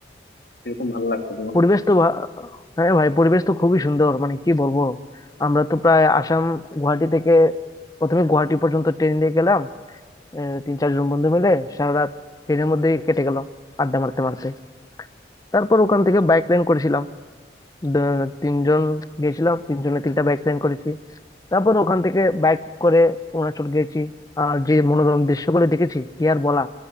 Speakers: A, on the left (about 70°); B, on the left (about 20°).
A: কিরকম ভালো লাগছে তোমার
B: পরিবেশ তো ভা- হ্যাঁ ভাই পরিবেশ তো খুবই সুন্দর মানে কি বলবো আমরা তো প্রায় আসাম গুয়াহাটি থেকে প্রথমে গুয়াহাটি পর্যন্ত ট্রেন দিয়ে গেলাম আহ, তিন চারজন বন্ধু মিলে সারা রাত ট্রেনের মধ্যেই কেটে গেল আড্ডা মারতে মারতে তারপর ওখান থেকে বাইক রেন্ট করেছিলাম দ- তিনজন গেছিলাম তিনজনে তিনটা বাইক রেন্ট করেছি তারপর ওখান থেকে বাইক করে অরুণাচল গেছি আর যে মনোরম দৃশ্যগুলো দেখেছি কি আর বলা